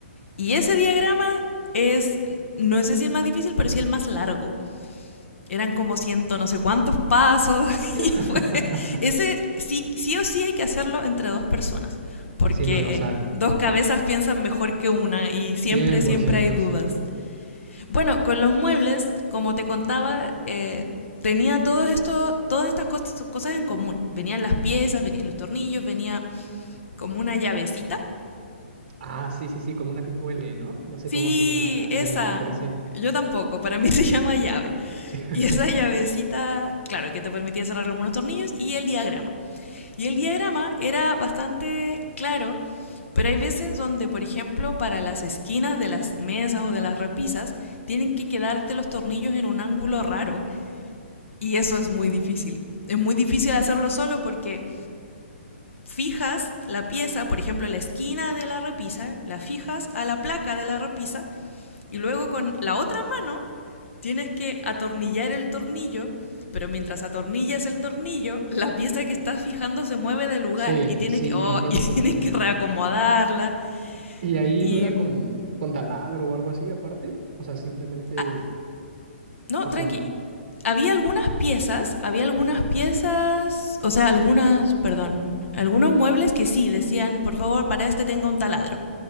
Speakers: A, on the left (about 85°); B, on the right (about 35°).
A: Y ese diagrama es, no sé si el más difícil, pero sí el más largo eran como ciento no sé cuántos pasos
B: <laughs>
A: <laughs> y fue ese sí sí o sí hay que hacerlo entre dos personas porque
B: Si no, no sale.
A: dos cabezas piensan mejor que una y siempre
B: cien
A: siempre
B: por ciento,
A: hay dudas
B: sí.
A: bueno con los muebles como te contaba eh, tenía todos estos todas estas cosas, cosas en común venían las piezas venían los tornillos venía como una llavecita
B: Ah, sí, sí, sí, como una tipo L, ¿no? No sé
A: sí
B: cómo se llama la,
A: esa
B: la llave, pero sí.
A: yo tampoco, para mí <laughs> se llama llave.
B: <laughs>
A: Y esa llavecita, claro, que te permitía cerrar algunos tornillos y el diagrama. Y el diagrama era bastante claro, pero hay veces donde, por ejemplo, para las esquinas de las mesas o de las repisas, tienen que quedarte los tornillos en un ángulo raro y eso es muy difícil. Es muy difícil hacerlo solo porque fijas la pieza, por ejemplo, la esquina de la repisa, la fijas a la placa de la repisa y luego con la otra mano Tienes que atornillar el tornillo, pero mientras atornillas el tornillo, la pieza que estás fijando se mueve de lugar
B: Sí,
A: y tienes
B: sí,
A: que, oh,
B: te entiendo
A: <laughs> y
B: completamente.
A: tienes que reacomodarla.
B: ¿Y ahí
A: Y.
B: no era con, con taladro o algo así aparte? O sea, simplemente,
A: ah, no,
B: ¿o
A: tranqui.
B: cómo?
A: Había algunas piezas, había algunas piezas, o sea, algunas, perdón, algunos muebles que sí decían, por favor, para este tenga un taladro.